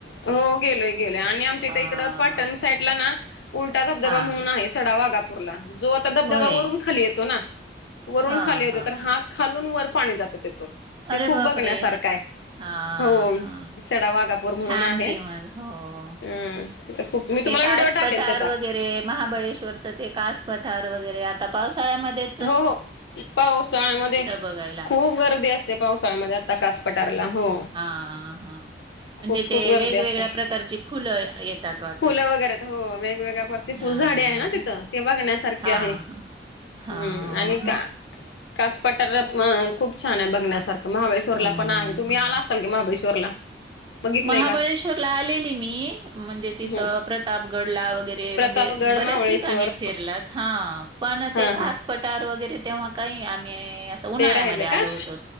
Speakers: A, on the left (about 75°); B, on the right (about 25°).
A: हो गेलोय-गेलोय आणि आमच्या
B: हां.
A: इथे इकडं पाटण साईडला ना उलटा धबधबा
B: हां.
A: म्हणून आहे सडावागापूरला जो आता धबधबा
B: होय.
A: वरून खाली येतो ना. वरून
B: हां,
A: खाली होते
B: हां.
A: तर हा खालून वर पाणी जातं त्याचं. ते
B: अरे
A: खूप
B: बापरे!
A: बघण्यासारखं आहे
B: हां,
A: हो
B: हां.
A: सडावागा पूर म्हणून
B: छान
A: आहे,
B: की
A: अं
B: मग. हो.
A: तिथं खूप मी
B: ते
A: तुम्हाला
B: कासपटार
A: व्हिडिओ टाकेल त्याचा
B: वगैरे महाबळेश्वरचं ते कास पठार वगैरे आता पावसाळ्यामध्ये
A: हो हो पावसाळ्यामध्ये
B: बघायला.
A: खूप गर्दी असते पावसाळ्यामध्ये आता कासपटारला हो.
B: हा हा म्हणजे
A: खूप खूप
B: ते
A: गर्दी
B: वेगवेगळ्या
A: असते
B: प्रकारची फुलं येतात वाट
A: फुलं वगैरे हो वेगवेगळ्या परची
B: हा
A: फुल झाडे आहेत ना तिथं ते बघण्यास सारक्या
B: हा
A: हे हम्म
B: हा.
A: आणि का कास पटार खूप छान आहे बघण्यासारखं. महाबळेश्वरला
B: हम्म.
A: पण आहे, तुम्ही आला असाल की महाबळेश्वरला? बघितलंय
B: महाबळेश्वरला
A: का
B: आलेली मी म्हणजे तिथं
A: हम्म
B: प्रतापगडला वगैरे
A: प्रतापगड
B: म्हणजे बर्याच
A: महाबळेश्वर
B: ठिकाणी फिरलात हा पण
A: हा
B: ते कास
A: हा
B: पटार वगैरे तेव्हा काही आम्ही असं उन्हाळ्यामध्ये
A: ते राहिलं
B: आलो
A: का
B: होतो